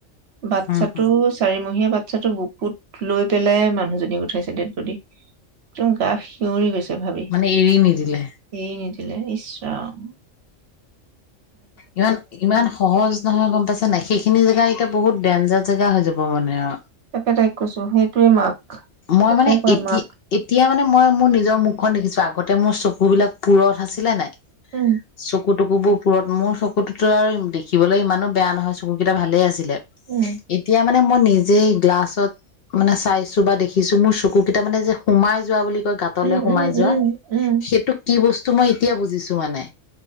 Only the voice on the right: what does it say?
বাচ্ছাটো
চাৰিমহীয়া বাচ্ছাটো বুকুত লৈ পেলাই মানুহজনীক উঠাইছে ডেডবডি একদম গা শিঞৰি গৈছে তে ভাবি
এৰি নিদিলে ইস ৰাম উ <inaudible>
তাকে তাইক কৈছো সেইটোৱে মাক
তাকে
কয়
মাক
উম
উম
উম
উম
উম উম